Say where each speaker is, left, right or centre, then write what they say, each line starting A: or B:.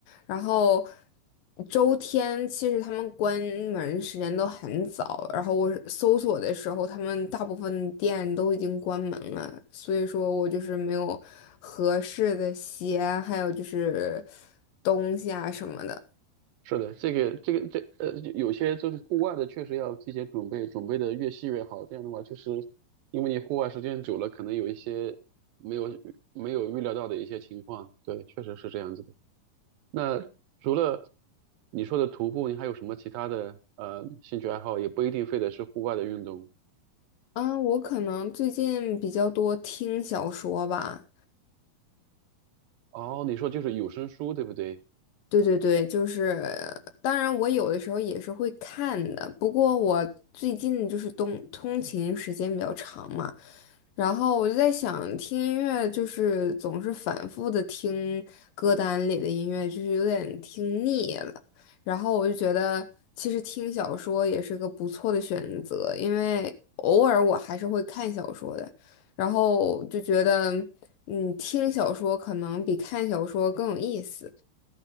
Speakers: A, on the left (about 70°); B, on the right (about 75°).
A: 然后周天其实他们关门时间都很早，然后我搜索的时候，他们大部分店都已经关门了，所以说我就是没有合适的鞋，还有就是东西啊什么的。
B: 是的，这个这个这呃，有些就是户外的，确实要提前准备，准备的越细越好。这样的话，就是因为你户外时间久了，可能有一些没有没有预料到的一些情况。对，确实是这样子的。那除了你说的徒步，你还有什么其他的呃兴趣爱好？也不一定非得是户外的运动。
A: 啊，我可能最近比较多听小说吧。
B: 哦，你说就是有声书，对不对？
A: 对对对，就是，当然我有的时候也是会看的，不过我最近就是东，通勤时间比较长嘛，然后我就在想，听音乐就是总是反复的听歌单里的音乐，就是有点听腻了。然后我就觉得，其实听小说也是个不错的选择，因为偶尔我还是会看小说的，然后就觉得，嗯，听小说可能比看小说更有意思。